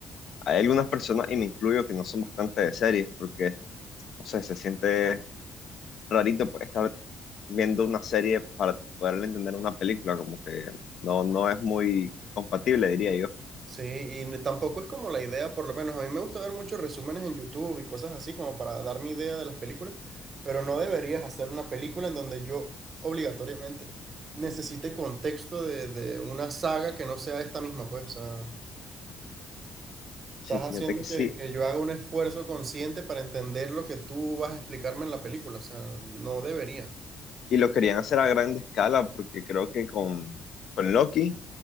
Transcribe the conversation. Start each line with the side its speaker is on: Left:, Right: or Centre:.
Left: hay algunas personas, y me incluyo, que no son bastante de series, porque, no sé, se siente rarito pues, estar viendo una serie para poder entender una película, como que no, no es muy compatible, diría yo.
Right: Sí, y tampoco es como la idea, por lo menos a mí me gusta ver muchos resúmenes en YouTube y cosas así como para dar mi idea de las películas, pero no deberías hacer una película en donde yo obligatoriamente necesite contexto de, de una saga que no sea esta misma, pues, o sea,
Left: Sí,
Right: estás
Left: fíjate
Right: haciendo
Left: que sí.
Right: que, que yo haga un esfuerzo consciente para entender lo que tú vas a explicarme en la película, o sea, no debería.
Left: Y lo querían hacer a gran escala porque creo que con, con Loki